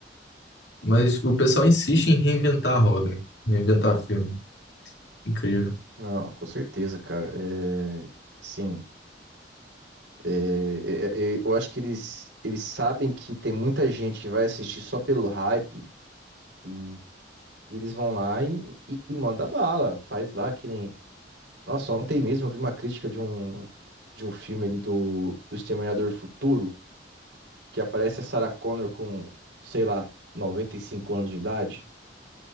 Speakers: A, on the left (about 70°); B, on the right (about 85°).
A: Mas o pessoal insiste em reinventar a roda, reinventar filme. Incrível.
B: Não, com certeza, cara. É, sim. É, é, é, é, eu acho que eles, eles sabem que tem muita gente que vai assistir só pelo hype e eles vão lá e, e, e manda bala, faz lá que nem. Nossa, ontem mesmo eu vi uma crítica de um, de um filme ali do, do Exterminador do Futuro, que aparece a Sarah Connor com, sei lá, 95 anos de idade.